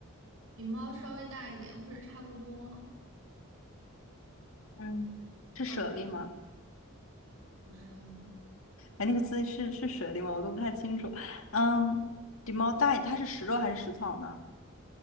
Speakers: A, on the right (about 75°); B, on the left (about 80°).
A: 比猫稍微大一点，或者差不多。
B: 嗯，是舍利吗？
A: 呃，不是啊，
B: 哎，那个字是是水里吗？我都不太清楚。嗯，比猫大一它是食肉还是食草呢？